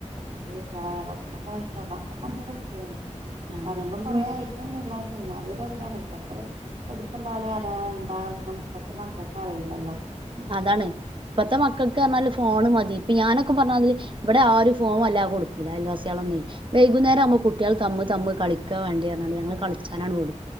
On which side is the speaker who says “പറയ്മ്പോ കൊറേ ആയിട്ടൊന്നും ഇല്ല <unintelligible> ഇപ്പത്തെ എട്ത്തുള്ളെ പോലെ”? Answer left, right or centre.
Right